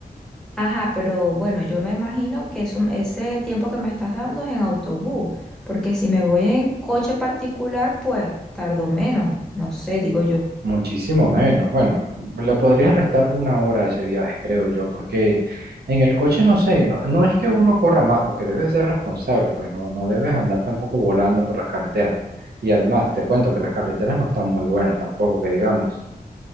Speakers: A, in the centre; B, on the right.
A: Ajá, pero bueno, yo me imagino que eso, ese tiempo que me estás dando es en autobús, porque si me voy en coche particular, pues tardo menos, no sé, digo yo.
B: muchísimo menos. Bueno, le podrías restar una hora a ese viaje, creo yo, porque en el coche no sé, no, no es que uno corra más, porque debes ser responsable, pues no, no debes andar tampoco volando por las carreteras. Y además, te cuento que las carreteras no están muy buenas tampoco, que digamos.